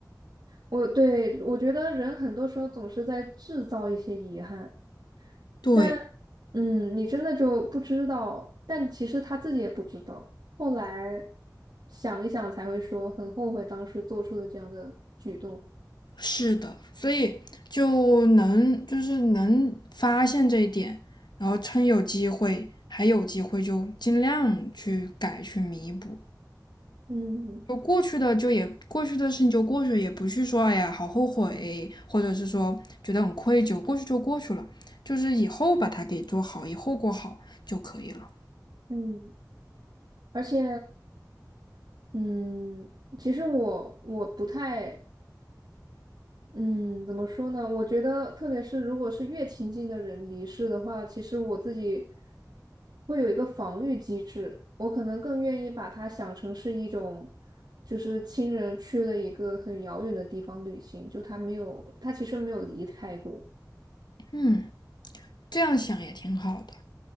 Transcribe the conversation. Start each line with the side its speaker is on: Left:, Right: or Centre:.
Right: 我对我觉得人很多时候总是在制造一些遗憾。
Left: 对，
Right: 但嗯，你真的就不知道，但其实他自己也不知道。后来想一想才会说很后悔当时做出了这样的举动。
Left: 是的，所以就能就是能发现这一点，然后趁有机会还有机会就尽量去改去弥补。
Right: 嗯
Left: 就过去的就也过去的事情就过去了，也不去说哎呀好后悔，或者是说觉得很愧疚，过去就过去了，就是以后把它给做好，以后过好就可以了。
Right: 嗯，而且嗯，其实我我不太嗯，怎么说呢？我觉得，特别是如果是越亲近的人离世的话，其实我自己会有一个防御机制，我可能更愿意把它想成是一种，就是亲人去了一个很遥远的地方旅行，就他没有，他其实没有离开过。
Left: 嗯，这样想也挺好的。